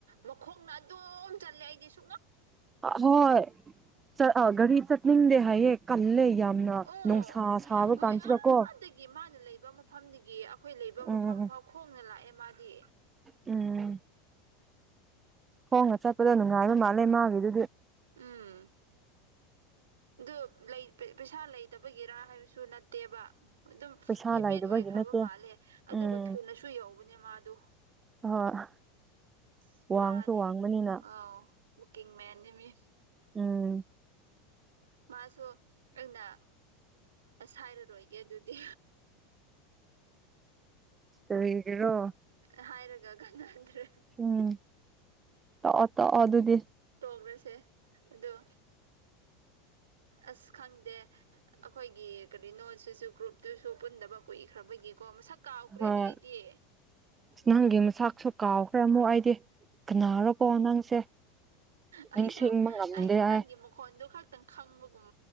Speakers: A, on the right; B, on the right.
A: ꯃꯈꯣꯡꯅ ꯑꯗꯨꯝ ꯆꯠꯂꯦ ꯑꯩꯗꯤ ꯁꯨ
B: ꯑꯍꯣꯏ ꯆꯠ ꯑꯥ ꯒꯥꯔꯤ ꯆꯠꯅꯤꯡꯗꯦ ꯍꯥꯏꯌꯦ ꯀꯜꯂꯦ ꯌꯥꯝꯅ
A: ꯑꯣ
B: ꯅꯨꯡꯁꯥ ꯁꯥꯕ
A: ꯃꯣꯏ
B: ꯀꯥꯟꯁꯤꯗ ꯀꯣ
A: ꯑꯥꯗꯒꯤ ꯃꯥꯅ ꯂꯩꯕ ꯃꯐꯝꯗꯒꯤ ꯑꯩꯈꯣꯏ ꯂꯩꯕ
B: ꯎꯝ
A: ꯃꯐꯝ ꯐꯥꯎ ꯈꯣꯡꯅ ꯂꯥꯛꯑꯦ ꯃꯥꯗꯤ
B: ꯎꯝ ꯈꯣꯡꯅ ꯆꯠꯄꯗ ꯅꯨꯡꯉꯥꯏꯕ ꯃꯥꯜꯂꯦ ꯃꯥꯒꯤꯗꯨꯗꯤ
A: ꯎꯝ ꯑꯗꯨ ꯂꯩ ꯄꯩ ꯄꯩꯁꯥ ꯂꯩꯇꯕꯒꯤꯔꯥ ꯍꯥꯏꯕꯁꯨ ꯅꯠꯇꯦꯕ ꯑꯗꯨꯝ
B: ꯄꯩꯁꯥ
A: ꯍꯦꯕꯤꯠ
B: ꯂꯩꯗꯕꯒꯤ
A: ꯑꯣꯏꯈ꯭ꯔꯕ
B: ꯅꯠꯇꯦ
A: ꯃꯥꯜꯂꯦ ꯑꯗꯨꯒ
B: ꯎꯝ
A: ꯊꯨꯅꯁꯨ ꯌꯧꯕꯅꯦ ꯃꯥꯗꯨ
B: <unintelligible>
A: ꯑꯁ ꯄꯨꯔꯥꯅꯦ
B: ꯋꯥꯡꯁꯨ ꯋꯥꯡꯕꯅꯤꯅ
A: ꯑ ꯋꯀꯤꯡ ꯃꯦꯟꯅꯤ ꯃꯤ
B: ꯎꯝ
A: ꯃꯥꯁꯨ ꯑꯩꯅ ꯑꯁ ꯍꯥꯏꯔꯔꯣꯏꯒꯦ ꯑꯗꯨꯗꯤ
B: ꯀꯔꯤꯒꯤꯔꯣ
A: ꯑꯥ ꯍꯥꯏꯔꯒ ꯀꯥꯟꯅꯗ꯭ꯔꯦ
B: ꯎꯝ ꯇꯣꯛꯑꯣ ꯇꯣꯛꯑꯣ ꯑꯗꯨꯗꯤ
A: ꯇꯣꯛꯔꯁꯦ ꯑꯗꯨ ꯑꯁ ꯈꯪꯗꯦ ꯑꯩꯈꯣꯏꯒꯤ ꯀꯔꯤꯅꯣ ꯁꯤꯁꯨ ꯒ꯭ꯔꯨꯞꯇꯨꯁꯨ ꯄꯨꯟꯗꯕ ꯀꯨꯏꯈ꯭ꯔꯕꯒꯤꯀꯣ ꯃꯁꯛ ꯀꯥꯎꯈ꯭ꯔꯦꯅꯦ
B: ꯍꯣꯏ
A: ꯑꯩꯗꯤ
B: ꯅꯪꯒꯤ ꯃꯁꯥꯛꯁꯨ ꯀꯥꯎꯈ꯭ꯔꯦ ꯑꯃꯨꯛ ꯑꯩꯗꯤ ꯀꯅꯥꯔꯣꯀꯣ ꯅꯪꯁꯦ
A: ꯑꯩꯁꯨ
B: ꯅꯤꯡꯁꯤꯡꯕ ꯉꯝꯗꯦ
A: ꯑꯩꯁꯨ ꯅꯪꯒꯤ
B: ꯑꯩ
A: ꯃꯈꯣꯟꯗꯨ ꯈꯛꯇꯪ ꯈꯪꯕꯒꯨꯝ